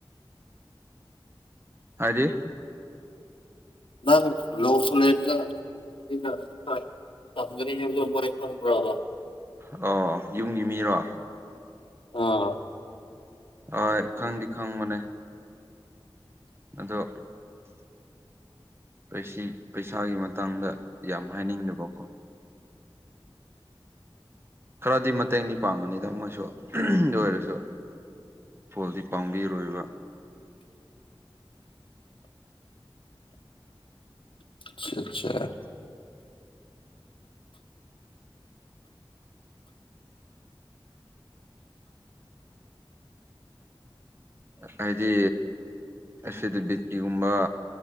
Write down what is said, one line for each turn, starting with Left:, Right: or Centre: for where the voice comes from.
Right: ꯍꯥꯏꯗꯤ
Left: ꯅꯪ ꯂꯣ ꯀꯣꯂꯦꯖꯂꯥ <unintelligible>
Right: ꯍꯥ ꯌꯨꯝꯒꯤ ꯃꯤꯔꯣ
Left: ꯑꯥ
Right: ꯍꯣꯏ ꯈꯪꯗꯤ ꯈꯪꯕꯅꯦ ꯑꯗꯣ ꯄꯩꯁꯤ ꯄꯩꯁꯥꯒꯤ ꯃꯇꯥꯡꯗ ꯌꯥꯝ ꯍꯥꯏꯅꯤꯡꯗꯕꯀꯣ ꯈꯔꯗꯤ ꯃꯇꯦꯡꯗꯤ ꯄꯥꯡꯅꯤꯗ ꯑꯃꯁꯨ ꯑꯗꯨ ꯑꯣꯏꯔꯁꯨ ꯐꯣꯟꯗꯤ ꯄꯥꯡꯕꯤꯔꯣꯏꯕ
Left: <unintelligible>
Right: ꯍꯥꯏꯗꯤ ꯑꯁꯤꯗ ꯕꯤꯠꯀꯤꯒꯨꯝꯕ